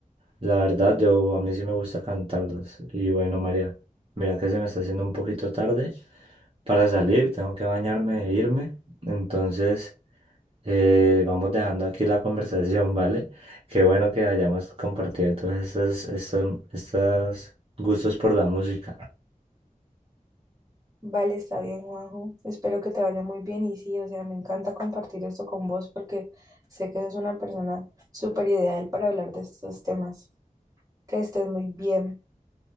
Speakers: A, on the right; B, on the right.
A: la verdad, yo a mí sí me gusta cantarlos. Y bueno, María, mira que se me está haciendo un poquito tarde para salir, tengo que bañarme e irme. Entonces, eh, vamos dejando aquí la conversación, ¿vale? Qué bueno que hayamos compartido todos estos, estos, estos gustos por la música.
B: Vale, está bien, Juanjo. Espero que te vaya muy bien y sí, o sea, me encanta compartir esto con vos porque sé que eres una persona súper ideal para hablar de estos temas. Que estés muy bien.